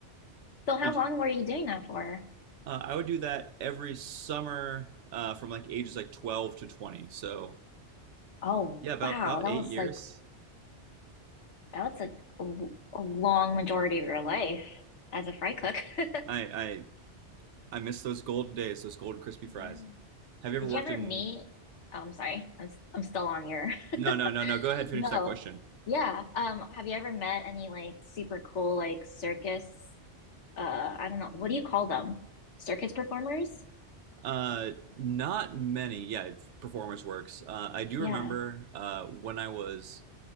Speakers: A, on the left; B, on the right.
A: So how
B: Did
A: long were you doing that for?
B: uh, I would do that every summer uh, from like ages like 12 to 20. So
A: Oh,
B: yeah, about
A: wow.
B: about
A: That
B: eight
A: was
B: years.
A: like That's a, a long majority of your life as a fry cook. <laughs>
B: I I I miss those golden days, those golden crispy fries.
A: Yeah.
B: Have you
A: Did
B: ever worked
A: you ever
B: in?
A: meet? Oh, I'm sorry. I'm s- I'm still on your. <laughs>
B: No, no, no, no. Go ahead, finish
A: No.
B: that question.
A: Yeah. Um, have you ever met any like super cool like circus uh I don't know, what do you call them? Circus performers?
B: Uh, not many. Yeah, performance works. Uh, I do
A: Yeah.
B: remember uh, when I was